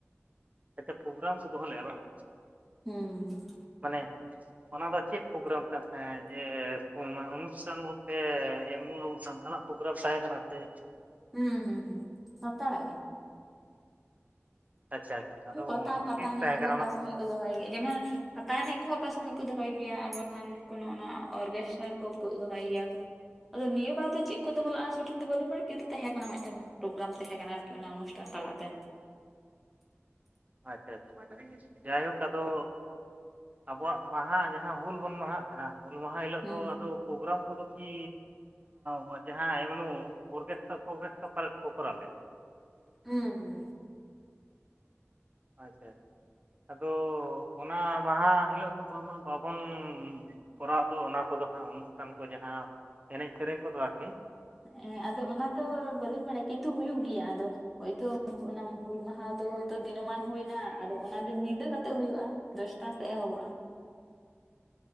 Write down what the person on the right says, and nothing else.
ᱟᱪᱪᱷᱟ ᱯᱨᱳᱜᱨᱟᱢ ᱠᱚ ᱫᱚᱦᱚ ᱞᱮᱜ-ᱟ ᱵᱟᱝ
ᱢᱟᱱᱮ ᱚᱱᱟ ᱫᱚ ᱪᱮᱫ ᱯᱨᱳᱜᱨᱟᱢ ᱠᱟᱱ ᱛᱟᱦᱮᱸᱫ ᱡᱮ ᱚᱱᱩᱥᱴᱷᱟᱱ ᱢᱚᱫᱽᱷᱮ ᱮᱢᱱᱤ ᱟᱵᱚᱱ ᱥᱟᱱᱛᱟᱲᱟᱜ ᱯᱨᱳᱜᱨᱟᱢ ᱛᱟᱦᱮᱸ ᱠᱟᱱᱟ ᱛᱮ
ᱟᱪᱪᱷᱟ ᱟᱪᱪᱷᱟ ᱟᱫᱚ
ᱛᱤᱥ
ᱛᱟᱦᱮᱸ
ᱠᱟᱱᱟ
ᱚᱱᱟ ᱫᱚ
ᱟᱪᱪᱷᱟ ᱟᱪᱪᱷᱟ ᱡᱟᱭᱦᱳᱠ ᱟᱫᱚ ᱟᱵᱚᱣᱟᱜ ᱢᱟᱦᱟ ᱡᱟᱦᱟᱸ ᱦᱩᱞ ᱵᱚᱱ ᱢᱟᱦᱟᱜ ᱠᱟᱱᱟ ᱦᱩᱞ ᱢᱟᱦᱟ ᱦᱤᱞᱚᱜ
ᱫᱚ ᱟᱫᱚ ᱯᱨᱳᱜᱨᱟᱢ ᱠᱚᱫᱚ ᱠᱤ ᱦᱚᱸ ᱡᱟᱦᱟᱸᱭ ᱮᱢᱱᱩ ᱚᱨᱜᱮᱥᱴᱟᱨ ᱯᱷᱚᱨᱜᱮᱥᱴᱟᱨ ᱯᱟᱞᱮᱫ ᱠᱚ ᱠᱚᱨᱟᱣ ᱞᱮᱫ-ᱟ
ᱟᱪᱪᱷᱟ ᱟᱪᱪᱷᱟ ᱟᱫᱚ ᱚᱱᱟ ᱢᱟᱦᱟ ᱦᱤᱞᱳᱜ ᱫᱚ ᱵᱟᱝᱢᱟ ᱵᱟᱵᱚᱱ ᱠᱚᱨᱟᱣ ᱫᱚ ᱚᱱᱟ ᱠᱚᱫᱚ ᱦᱟᱸᱜ ᱚᱱᱩᱥᱴᱷᱟᱱ ᱠᱚ ᱡᱟᱦᱟᱸ ᱮᱱᱮᱡ ᱥᱮᱨᱮᱧ ᱠᱚᱫᱚ ᱟᱨᱠᱤ